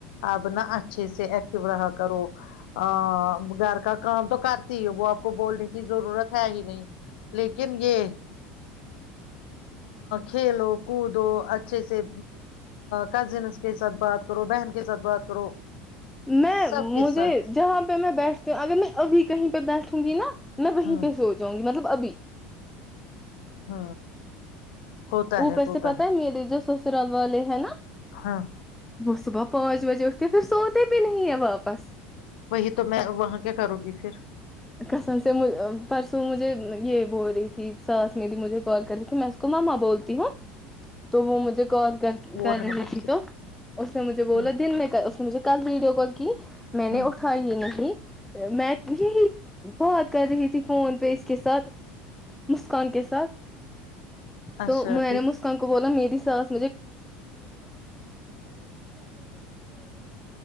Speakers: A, on the left (about 85°); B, in the centre.
A: اب نہ اچھے سے ایکٹو رہا کرو ا وغیر کاکان کرتی ہے وہ آپ کو بولنے کی ضرورت ہے ہی نہیں لیکن یہ کھیلو کودو اچھے سے کزنس کے ساتھ بات کرو بہن کے ساتھ بات کرو
B: میں
A: سب
B: مجھے
A: کے ساتھ
B: جہاں پہ میں بیٹھتی ہوں اگر میں ابھی کہیں پہ بیٹھوں گی نا میں وہیں
A: ہ
B: کیسے ہو جؤں گی مطلب ابھی
A: ہ ہوتا
B: اوپر
A: ہے ہوتا
B: سے پتا
A: ہے
B: نہیں جو س سرب والے ہے نا
A: ہاں
B: وہ صبح پانچ بجے اٹتے پھر سوتے بھی نہیں ہیں واپس
A: وہی تو میں وہاں کیا کروں گی پھر
B: کسم سے پرسوں مجھے یہ بول رہی تھی ساس میری مجھے کال کر رہی تھی میں اس کو ماما بولتی ہوں تو وہ مجھے کال کر
A: فور ہنڈریڈ
B: رہی
A: فورٹی
B: تھی
A: سکس
B: تو اس نے مجھے بولا
A: ہ
B: دن میں اس نے مجھے کل ویڈیو کال کی میں نے
A: ہ
B: اٹھائی یہ نہیں ہ میں یہی بات کر رہی تھی فون پہ اس کے ساتھ مسکان کے ساتھ
A: اچھا
B: تو میں نے مسکان کو بولا میری <unintelligible> بس